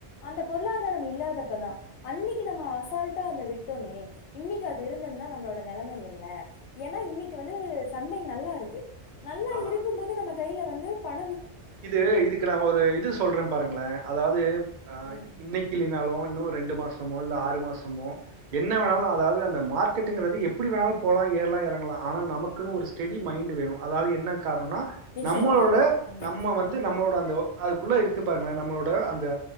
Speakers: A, on the left; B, on the right.
A: அந்த பொருளாதாரம் இல்லாதப்பதா அன்னைக்கு நம்ம அசால்ட்டா அத விட்டோமே இன்னைக்கி அது இருந்திருந்தா நம்மளோட நெலைமை என்ன ஏன்னா இன்னைக்கு வந்து சந்தை நல்லா இருக்கு நல்லா
B: அ
A: இருக்கும்போது நம்ம கையில வந்து பண
B: இது இதுக்கு நா ஒரு இது சொல்றே பாருங்களே அதாவது ஆ
A: ம்
B: இன்னைக்கி இல்லைனாலு இன்னொரு ரெண்டு மாசமோ இல்ல ஆறு மாசமோ என்ன வேணாலு அதாவது அந்த மார்கெட்டுங்கறது எப்பிடி வேணாலு போலா ஏறலா எறங்கலா ஆனா நமக்குன்னு ஒரு ஸ்டெடி மைண்டு வேணு அதாவது என்ன கார்ணனா
A: நிச்சயமாக
B: நம்மளோட
A: ம்
B: நம்ம வந்து நம்மளோட அந்த ஓ அதுக்குள்ள இருக்கு பாருங்களே நம்மளோ ப்ப அந் த